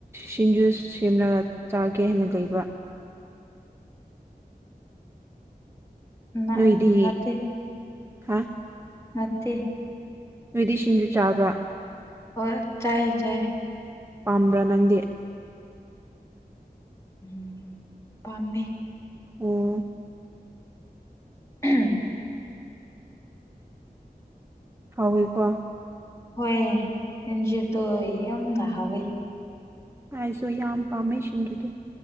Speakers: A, on the right (about 15°); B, on the left (about 15°).
A: ꯁꯤꯡꯖꯨꯁ ꯁꯦꯝꯂꯒ ꯆꯥꯒꯦ ꯍꯥꯏꯅ ꯂꯩꯕ
B: ꯅꯠꯇꯦ
A: ꯅꯣꯏꯗꯤ ꯍꯥ
B: ꯃꯇꯦ
A: ꯏꯗꯤ ꯁꯤꯡꯖꯨ ꯆꯥꯕ꯭ꯔꯥ
B: ꯑꯣ ꯆꯥꯏ ꯆꯥꯏ
A: ꯄꯥꯝꯕ꯭ꯔꯥ ꯅꯪꯗꯤ
B: ꯎꯝ ꯄꯥꯝꯃꯦ
A: ꯑꯣ
B: ꯎ
A: ꯍꯥꯎꯋꯦꯀꯣ
B: ꯍꯣꯏ ꯃꯟꯁꯨꯗꯣ ꯌꯥꯝꯅ ꯍꯥꯎꯋꯤ
A: ꯍꯥꯏꯁꯨ ꯌꯥꯝ ꯄꯥꯝꯃꯦ ꯁꯤꯡꯗꯨꯗꯤ